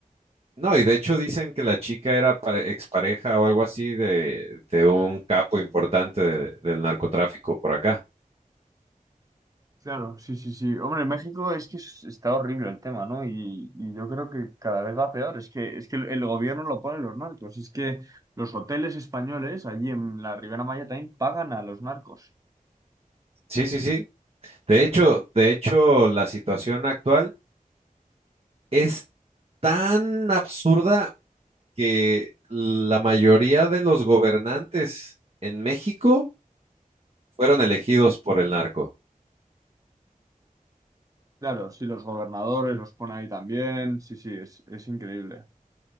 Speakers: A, on the right (about 45°); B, on the right (about 25°).
A: No, y de hecho dicen que la chica era pare- expareja o algo así de, de un capo importante de- del narcotráfico por acá.
B: Claro, sí, sí, sí. Hombre, en México es que es- está horrible el tema, ¿no? Y, y yo creo que cada vez va peor. Es que, es que el, el gobierno lo ponen los narcos. Es que los hoteles españoles allí en la Ribera Maya también pagan a los narcos.
A: Sí, sí, sí. De hecho, de hecho, la situación actual es tan absurda que la mayoría de los gobernantes en México fueron elegidos por
B: Ujú.
A: el narco.
B: Claro, sí, los gobernadores los ponen ahí también. Sí, sí, es, es increíble.